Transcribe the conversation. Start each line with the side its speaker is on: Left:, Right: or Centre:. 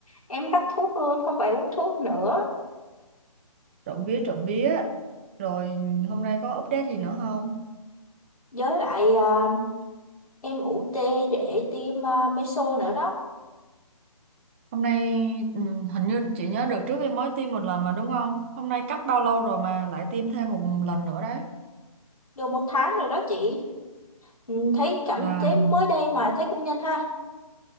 Left: em cắt thuốc luôn, không phải uống thuốc nữa.
Right: Trộm vía trộm vía. Rồi hôm nay có update gì nữa không?
Left: Với lại à, em ủ tê để tiêm à, meso nữa đó,
Right: Hôm nay ừ, hình như chị nhớ đợt trước em mới tiêm một lần mà đúng không? Hôm nay cách bao lâu rồi mà lại tiêm thêm một lần nữa đấy?
Left: được một tháng rồi đó chị. Ừm, thấy cảm
Right: Là
Left: chế mới đây mà thấy cũng nhanh ha.